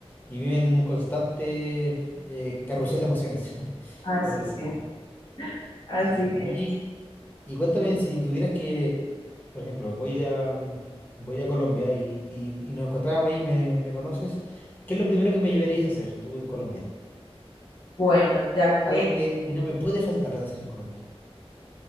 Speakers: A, on the left (about 15°); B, on the left (about 50°).
A: y viven en un constante eh, carrusel de emociones, <laughs>
B: Así
A: por decirlo.
B: es, así
A: Sí.
B: es.
A: Oye, y cuéntame si tuvieras que, por ejemplo, voy a, mm, voy a Colombia y, y- y nos encontrábamos ahí, me, me conoces, ¿qué es lo primero que me llevarías a hacer tú en Colombia?
B: Bueno, ya que,
A: Algo que, que no me puede faltar de hacer en Colombia.